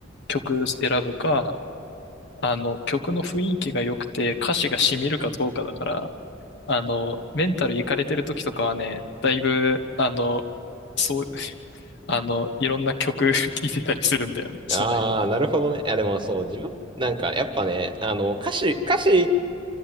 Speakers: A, on the left; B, on the right.
A: 曲選ぶか、あの、曲の雰囲気が良くて、歌詞が染みるかどうかだから、あの、メンタルいかれてる時とかはね、だいぶ、あの、そう、<laughs> あの、いろんな曲 <laughs> 聴いてたりするんだよね、その辺も。
B: ああ、なるほどね。いや、でもそう、自分、なんかやっぱね、あの、歌詞、歌詞